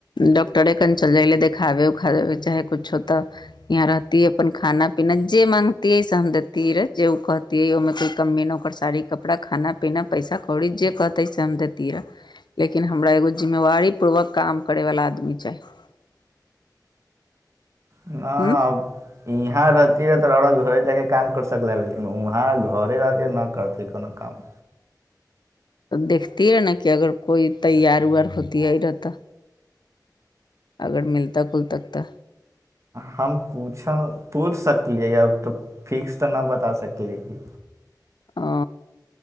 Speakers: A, on the left; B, on the right.
A: डॉक्टरे। न चल जाइले देखाबे-उखावै, चाहे कुछ हो तऽ यहाँ रहतीय अपन खाना- पीना जे मा। तिये से हम देतिय रे, जे ओ कहतिये ओहि में कोई कमीयो न ओकर साड़ी, कपड़ा, खाना-पीना पैसा। आौड़ी जे कहतै से हम दैतिय। लेकिन हमरा एगो जिम्मेवारी पूर्वक काम करैवला आदमी चाही। <unintelligible>
B: न
A: हूँ
B: यहाँ रहती रहै, तो घरे जाके। काम कर सकले, लेकिन वहाँ घरे रहके न करते कोनो काम।
A: देखतीयै ने कि अगर कोइ तैयार-उयार होतीय रह तऽ। अगर मिलत कुल तक तऽ।
B: हम पूछब, पूछ सकलियै अब तऽ ठीक स तऽ नहि बता सकलियै।
A: ओ।